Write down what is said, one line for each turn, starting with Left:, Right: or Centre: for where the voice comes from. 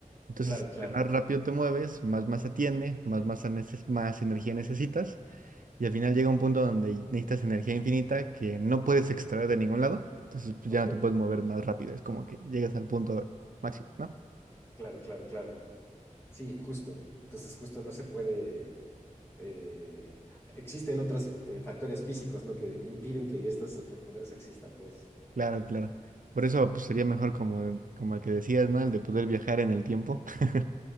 Right: Entonces,
Left: claro, claro,
Right: entre más rápido te mueves, más masa tiene, más masa neces- más energía necesitas. Y al final llega un punto donde necesitas energía infinita que no puedes extraer de ningún lado. Entonces, pues
Left: ok,
Right: ya no te puedes mover más rápido. Es como que llegas al punto máximo, ¿no?
Left: claro, claro, claro. Sí, justo. Entonces, justo no se puede. eh, existen otros factores físicos, ¿no? Que impiden que estos superpoderes existan, pues.
Right: Claro, claro. Por eso pues, sería mejor como, el- como el que decías, ¿no? El de poder viajar en el tiempo. <laughs>